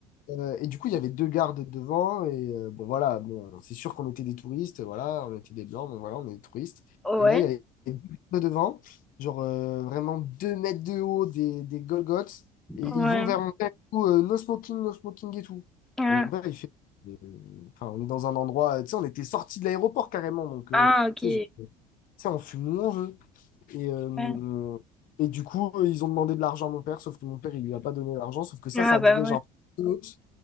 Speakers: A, on the left; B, in the centre.
A: Euh, et du coup, il y avait deux gardes devant. Et euh, bon, voilà, bon, c'est sûr qu'on était des touristes. Voilà, on était des blancs, mais voilà, on est des touristes.
B: Ouais.
A: Et là, il y avait deux gardes devant, genre euh, vraiment deux mètres de haut, des, des Golgoths. Et ils
B: Ouais.
A: vont vers mon père, et tout, euh, no smoking, no smoking et tout.
B: Ah,
A: Et mon père, il fait. euh, Enfin, on est dans un endroit, euh, tu sais, on était sorti de l'aéroport carrément. Donc,
B: Ah,
A: euh,
B: ok.
A: tu sais, je- tu sais, on fume où on veut. Et, euh,
B: Ouais.
A: et du coup, ils ont demandé de l'argent à mon père, sauf que mon père, il lui a pas donné l'argent. Sauf que ça,
B: Ah
A: ça a
B: bah
A: duré
B: ouais.
A: genre. minutes.